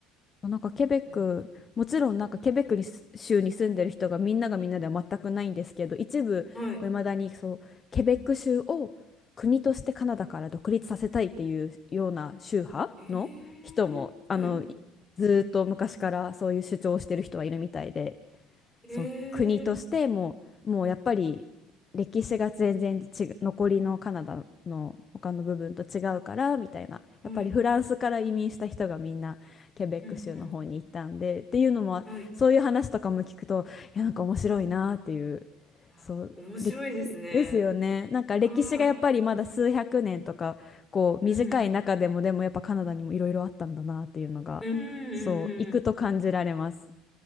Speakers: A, on the left (about 25°); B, in the centre.
A: なんかケベック、
B: うん
A: もちろんなんかケベックにす州に住んでる人がみんながみんなでは全くないんですけど、一部、
B: はい。
A: こう未だにそう、ケベック州を国としてカナダから独立させたいっていうような宗派の人も、
B: えー、
A: あの、
B: はい。
A: いずーっと昔からそういう主張をしてる人はいるみたいで。そう、
B: え
A: 国としてもう、
B: ー、
A: もうやっぱり歴史が全然違う、残りのカナダの他の部分と違うからみたいな、
B: はい。
A: やっぱりフランスから移民した人がみんなケベック州の方に行ったんでっていうのも、
B: うんうん。はい。
A: そういう話とかも聞くと、いや、なんか面白いなっていう、
B: あ面白いですね。
A: そう、れですよね。なんか歴史がやっぱりまだ数百年とか、
B: はい。
A: こう短い中でも、
B: うん。
A: でもやっぱカナダにもいろいろあったんだなっていうのが、
B: うんうんうん。
A: そう、行くと感じられます。